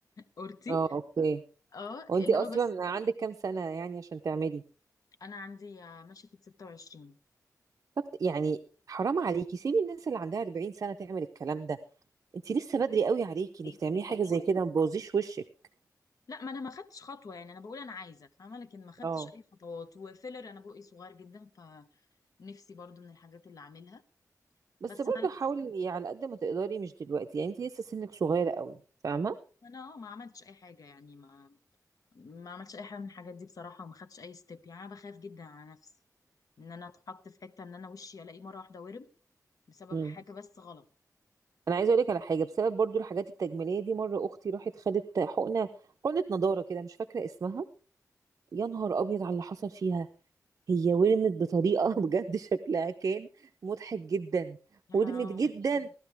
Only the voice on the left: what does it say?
اورتي
اه
اللي
هو بس
انا عندي ماشية في 26
ليكي
انك
تعمليها
لا ما انا ما خدتش خطوه يعني انا بقول انا عايزه فاهمه لكن ما خدتش
اي خطوات وفيلر انا بقي صغير جدا فنفسي برضو من الحاجات اللي اعملها
بس
ما
انا آه، ما عملتش اي حاجه يعني ما ما عملتش اي حاجه من الحاجات دي بصراحه وما خدتش اي ستيب يعني انا بخاف جدا على نفسي ان انا اتحط في حته ان انا وشي الاقيه مره واحده ورم بسبب
حاجه بس غلط
يا
حرام